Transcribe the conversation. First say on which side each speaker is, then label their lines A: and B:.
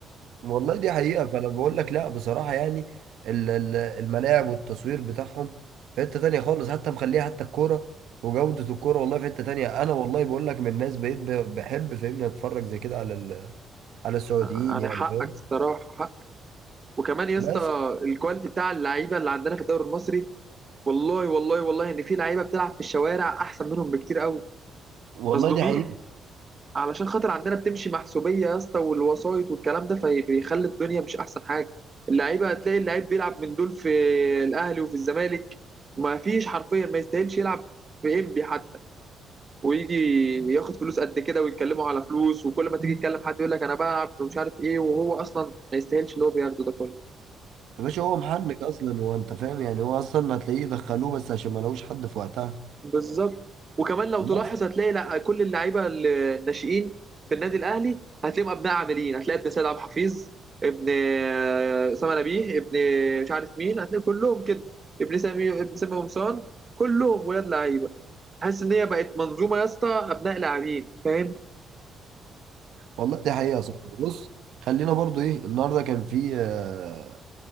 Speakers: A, on the right (about 75°); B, on the right (about 30°).
A: والله دي حقيقه فانا بقول لك لا بصراحه يعني ال- ال- الملاعب والتصوير بتاعهم في حته تانية خالص حتى مخليها حتى الكوره وجوده الكوره والله في حته تانية انا والله بقول لك من الناس بقيت ب- بحب فاهمني اتفرج زي كده على ال- على السعوديين
B: آه، يعني
A: يعني
B: حقك
A: فاهم
B: الصراحه حق وكمان يا
A: بس
B: اسطى الكواليتي بتاع اللعيبه اللي عندنا في الدوري المصري والله والله والله ان في لعيبه بتلعب في الشوارع احسن منهم بكتير قوي
A: والله
B: مظلومين
A: دي حقيقه
B: علشان خاطر عندنا بتمشي محسوبيه يا اسطى والوسايط والكلام ده فبيخلي الدنيا مش احسن حاجه اللعيبه هتلاقي اللعيب بيلعب من دول في الاهلي وفي الزمالك ما فيش حرفيا ما يستاهلش يلعب في انبي حتى ويجي ياخد فلوس قد كده ويتكلموا على فلوس وكل ما تيجي تكلم حد يقول لك انا بلعب ومش عارف ايه وهو اصلا ما يستاهلش اللي هو بياخده ده كله
A: يا باشا هو محنك اصلا هو انت فاهم يعني هو اصلا هتلاقيه دخلوه بس عشان ما لقوش حد في وقتها
B: بالظبط وكمان لو تلاحظ
A: بس
B: هتلاقي لا كل اللعيبه الناشئين في النادي الاهلي هتلاقيهم ابناء عاملين هتلاقي ابن سيد عبد الحفيظ ابن آه، اسامه نبيه ابن مش عارف مين هتلاقي كلهم كده ابن سامي ابن سامي قمصان كلهم ولاد لعيبه حاسس ان هي بقت منظومه يا اسطى ابناء لاعبين فاهم
A: والله دي حقيقه يا صاحبي بص خلينا برضو ايه النهارده كان في آه،